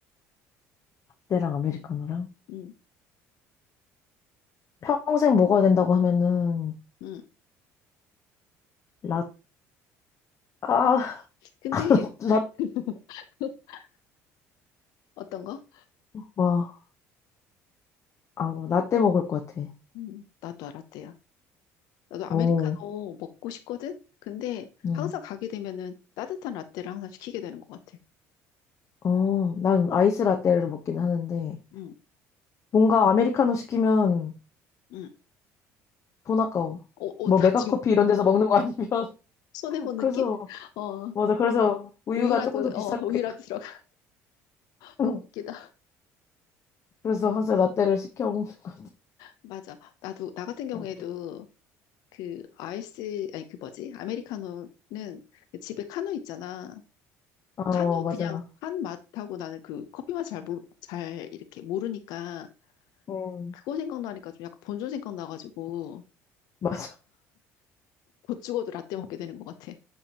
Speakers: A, on the left (about 45°); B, on the left (about 70°).
A: 때랑 아메리카노랑.
B: 응.
A: 평생 먹어야 된다고 하면은
B: 응.
A: 라, 아,
B: 근데
A: <laughs> 라,
B: <laughs> 어떤 거?
A: 와, 아, 라떼 먹을 것 같아.
B: 음, 나도 라떼야. 나도 아메리카노
A: 오,
B: 먹고 싶거든? 근데
A: 음,
B: 항상 가게 되면은 따뜻한 라떼를 항상 시키게 되는 것 같아.
A: 어, 난 아이스 라떼를 먹긴 하는데
B: 응,
A: 뭔가 아메리카노 시키면
B: 응.
A: 돈 아까워.
B: 어,
A: 뭐
B: 어, 나
A: 메가커피
B: 지금
A: 이런 데서 먹는 거 아니면
B: 손해본
A: <laughs> 그래서
B: 느낌? <laughs> 어,
A: 맞아. 그래서 우유가
B: 우유라도,
A: 조금 더 비쌀
B: 어,
A: 거니까.
B: 우유라도 들어가.
A: <laughs>
B: <laughs> 너무 웃기다.
A: 그래서 항상 라떼를 시켜 먹는 거야.
B: 맞아. 나도, 나 같은 경우에도
A: 웃기네.
B: 그 아이스, 아니 그 뭐지? 아메리카노는 그 집에 카누 있잖아.
A: 어,
B: 카누
A: 맞아.
B: 그냥 한 맛하고 나는 그 커피 맛 잘, 모르, 잘 이렇게 모르니까
A: 음.
B: 그거 생각나니까 좀 약간 본전 생각나가지고
A: 맞아.
B: 곧 죽어도 라떼 먹게 되는 것 같아.